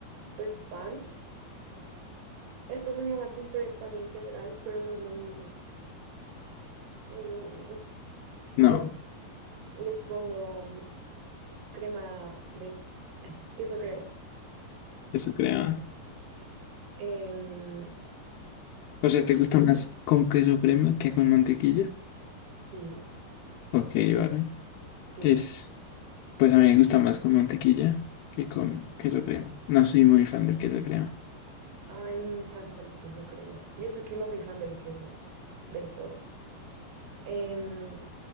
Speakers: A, on the right; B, on the left.
A: pues pan. Esta semana compré pan integral, pero no es lo mismo, no es lo mismo. <laughs> Entonces
B: No,
A: les pongo mm, crema de eh, queso crema.
B: queso crema.
A: Em,
B: O sea, ¿te gusta más con queso crema que con mantequilla?
A: sí,
B: Ok, vale.
A: sí.
B: Es, pues a mí me gusta más con mantequilla que con queso crema. No soy muy fan del queso crema.
A: Ay, me encanta el queso crema. Y eso que no soy fan del queso del todo. Em,